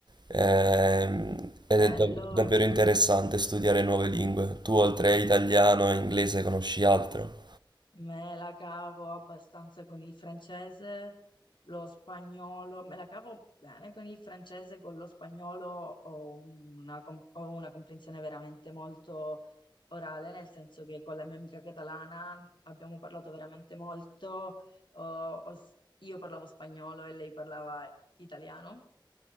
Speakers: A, on the right; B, on the left.
A: ehm, ed
B: Bello.
A: è dav- davvero interessante studiare nuove lingue. Tu oltre a italiano e inglese conosci altro?
B: Me la cavo abbastanza con il francese, lo spagnolo, me la cavo bene con il francese, con lo spagnolo ho una, comp- ho una comprensione veramente molto orale, nel senso che con la mia amica catalana abbiamo parlato veramente molto, ho- ho s- io parlavo spagnolo e lei parlava italiano